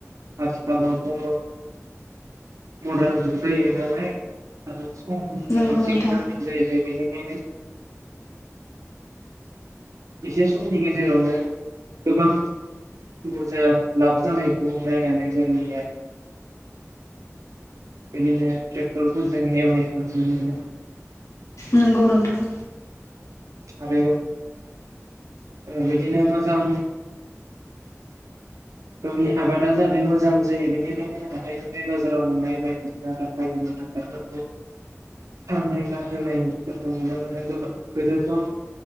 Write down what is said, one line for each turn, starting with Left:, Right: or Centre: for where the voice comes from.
Right: आथिखालावथ' मदार्न जुग जायो नालाय आरो <unintelligible> गोनांथि
Left: नंगौ नोंथां
Right: जायैबाय बेनो बेनो इसे समनि गेजेरावनो गोबां बुरजा लाब जानायखौ नायनानै जोंनि <unintelligible> बिदिनो ट्रेक्टरफोरजों एवनायखौ नुनो मोनो।
Left: नोंगौ नोंथां।
Right: आरो <inaudible> ओ बिदिनो मोजां गावनि आबादा जाहाथे मोजां जायो बेनिखायनो हाथाइनिफ्राय बाजाराव मोननाय बायदिसिना राफाय होननाय हासारफोरखौ सांनाय बा होनायफोरखौ नुनो मोनो गोबां गोदोथ'